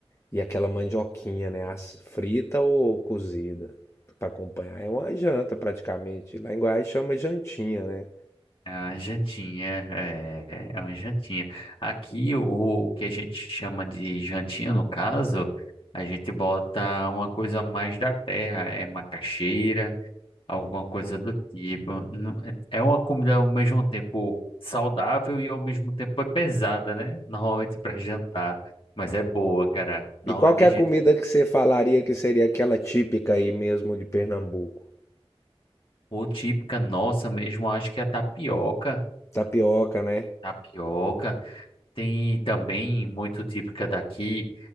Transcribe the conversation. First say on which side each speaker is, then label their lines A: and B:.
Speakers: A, on the left (about 25°); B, on the left (about 60°).
A: e aquela mandioquinha, né? as- Frita ou cozida para acompanhar. É uma janta praticamente. Lá em Goiás chama jantinha, né?
B: É uma jantinha, é, é uma jantinha. Aqui, o, o que a gente chama de jantinha, no caso, a gente bota uma coisa mais da terra, é macaxeira, alguma coisa do tipo. Não- É uma comida ao mesmo tempo saudável e ao mesmo tempo é pesada, né? Normalmente para jantar, mas é boa, cara. Normalmente
A: E qual que é
B: a
A: a
B: gente,
A: comida que você falaria que seria aquela típica aí mesmo de Pernambuco?
B: ou típica nossa mesmo, acho que é a tapioca.
A: Tapioca, né?
B: Tapioca tem também muito típica daqui.